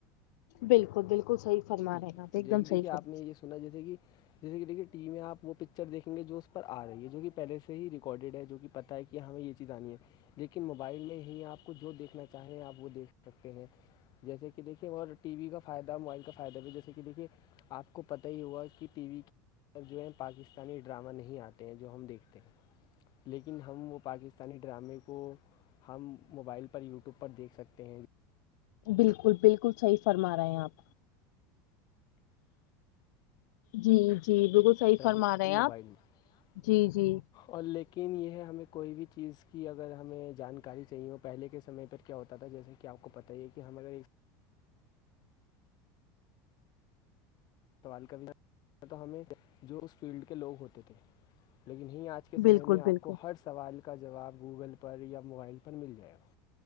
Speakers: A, on the left (about 80°); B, on the left (about 45°).
A: بالکل بالکل صحی فرماے
B: دیکھیے
A: ہیں آپ ایک دمح
B: دیکھیے
A: فرما
B: آپ نے یہ سنا جسے کہ جیسے کہ دیکے ٹی وی میں آپ وہ پکچر دیکھیں گے جو اس پر آ رہی ہے جو کہ پہلے ہی ریکارڈیڈ ہے جو کہ پ کہ ہمیں یہ چیز آنی ہے لیکن موبائل میں ہی آپ کو جو دیکھنا چاہے آپ وہ دیکھ سکتے ہیں جیسے کہ دیکھیے اور ٹی وی کا فائدہ موبائل کا فائدے میں جیسے کہ دیکھیے آپ کو پتہ ہی ہوا کہ ٹی وی ا جو ہے پاکستانی ڈرامہ نہیں آتے ہیں جو ہم دیکھتے ہیں لیکن ہم وہ پاکستانی ڈرامے کو ہم موبائل پر یوٹیوب پر دیکھ سکتے ہیں
A: بالکل بالکل صحیح فرما رہے ہیں آپ جی جی بالکل صحیح
B: ڈرام
A: فرما رہے ہیں
B: موبائل
A: آپ
B: میں
A: جی جی
B: اور لیکن یہ ہے ہمیں کوئی بھی چیز کی اگر ہمیں جانکاری چاہیے وہ پہلے کے سمعے پر کیا ہوتا تھا جیسے کیا آپ کو پت ہی ہے کہ ہمارا ایک سوال کا بھیھی تو ہمیں جو اس فیلڈ کے لوگ ہوتے تھے لیکن یہ آج کے سمے
A: بالکل
B: میں آپ
A: بالکل
B: کو ہر سوال کا جواب گوگل پر یا موبائل پر مل جائے گا